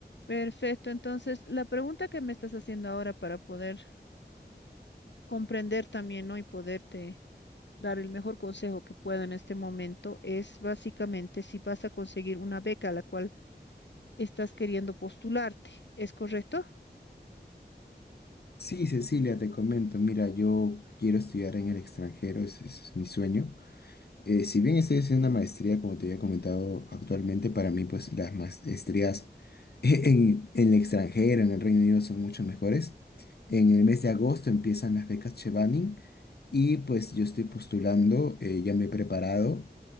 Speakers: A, on the left; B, on the left.
A: Perfecto, entonces la pregunta que me estás haciendo ahora para poder comprender también, ¿no? Y poderte dar el mejor consejo que puedo en este momento es básicamente si vas a conseguir una beca a la cual estás queriendo postularte, ¿es correcto?
B: Sí, Cecilia, te comento, mira, yo quiero estudiar en el extranjero, ese es mi sueño. Eh, si bien estoy haciendo una maestría, como te había comentado actualmente, para mí pues las maestrías <laughs> en, en el extranjero, en el Reino Unido, son mucho mejores. En el mes de agosto empiezan las becas Chevening y pues yo estoy postulando, eh, ya me he preparado.